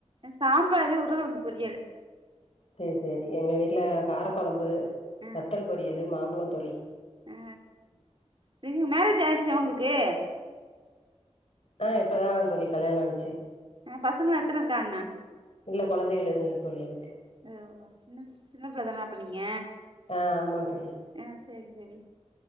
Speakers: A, on the right (about 45°); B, on the left (about 55°).
A: சாம்பாரு உருலகலங்கு பொரியல்
B: சேர் சேரி எங்க வீட்ல காரக்குழம்பு
A: ஆ
B: வத்தல் பொரியல் மாம்பழம் தோழி
A: ஆ நீங்க மேரேஜ் ஆயிடுச்சா உங்களுக்கு
B: ஆ இப்பதான் தோழி கல்யாணம் ஆச்சு
A: ஆ பசங்களா எத்தனை இருக்காங்க
B: இல்ல குழந்தைகள் எதும் இல்ல தோழி எனக்கு
A: எதோதோ சின்ன சின்ன பிள்ளைதான அப்ப நீங்க
B: ஆ ஆமா தோழி
A: ஆ சேரிங்க தோழி